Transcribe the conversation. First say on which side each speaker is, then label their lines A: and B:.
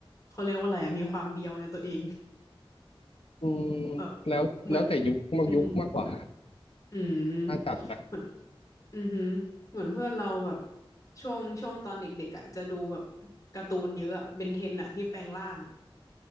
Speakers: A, on the left; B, on the left.
A: เขาเรียกว่าอะไรอะมีความเบียวในตัวเอง
B: อืม
A: แบบ
B: แล้วแล้วแต่ยุคมากยุคมากกว่า
A: เหมือนอือหืออืม
B: ถ้าจับนะ
A: เหมือนอือหือเหมือนเพื่อนเราแบบช่วงช่วงตอนเด็กๆอ่ะจะดูแบบการ์ตูนเยอะอะเบนเทนอ่ะที่แปลงร่าง